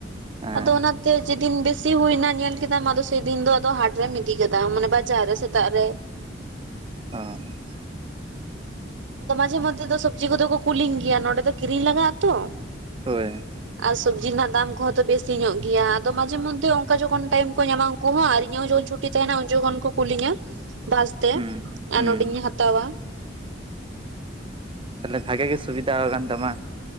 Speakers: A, on the right (about 30°); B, on the right (about 75°).
A: ᱦᱮᱸ
B: ᱟᱫᱚ ᱚᱱᱟ᱾ ᱡᱮᱫᱤᱱ ᱵᱮᱥᱤ ᱦᱩᱭᱱᱟ ᱧᱮᱞ ᱠᱮᱫᱟᱢ ᱟᱫᱚ ᱥᱮᱫᱤᱱ ᱫᱚ ᱟ ᱦᱟᱴ ᱨᱮᱢ ᱤᱫᱤ ᱠᱮᱫᱟᱢ ᱢᱟᱱᱮ ᱵᱟᱡᱟᱨ ᱨᱮ ᱥᱮᱛᱟᱜ ᱨᱮᱼᱼᱼ
A: ᱦᱚᱭ
B: ᱟᱫᱚ ᱢᱟᱡᱷᱮ ᱢᱚᱫᱽᱫᱷᱮ ᱫᱚ ᱥᱚᱵᱡ ᱠᱚᱫᱚ ᱠᱚ ᱠᱩᱞᱤᱝ ᱜᱮᱭᱟ ᱱᱚᱸᱰᱮ ᱫᱚ ᱠᱤᱨᱤᱧ ᱞᱟᱜᱟᱜ ᱟᱛᱚ
A: ᱦᱳᱭ
B: ᱟᱨ ᱥᱚᱵᱽᱡᱤ ᱨᱮᱱᱟᱜ ᱫᱟᱢ ᱠᱚᱦᱚᱸ ᱛᱚ ᱵᱮᱥᱤ ᱧᱚᱜ ᱜᱮᱭᱟ ᱟᱫᱚ ᱢᱟᱡᱷᱮ ᱢᱚᱫᱽᱷᱮ ᱚᱱᱠᱟ ᱡᱚᱠᱷᱚᱱ ᱴᱟᱭᱤᱢ ᱠᱚ ᱧᱟᱢ ᱩᱱᱠᱩ ᱦᱚᱸ ᱟᱨ ᱤᱧ ᱦᱚᱸ ᱡᱚᱠᱷᱚᱱ ᱪᱷᱩᱴᱤ ᱛᱟᱦᱮᱱᱟ ᱩᱱ ᱡᱚᱠᱷᱚᱱ ᱠᱚ ᱠᱩᱞᱤᱧᱟ᱾ ᱵᱟᱥᱛᱮ
A: ᱦᱩᱸ
B: ᱟᱨ
A: ᱦᱩᱸ
B: ᱱᱚᱰᱮᱧ ᱦᱟᱛᱟᱣᱟ᱾
A: ᱚ ᱛᱟᱦᱚᱞᱮ ᱵᱷᱟᱜᱮ ᱜᱮ ᱥᱩᱵᱤᱫᱟ ᱟᱠᱟᱱ ᱛᱟᱢᱟ᱾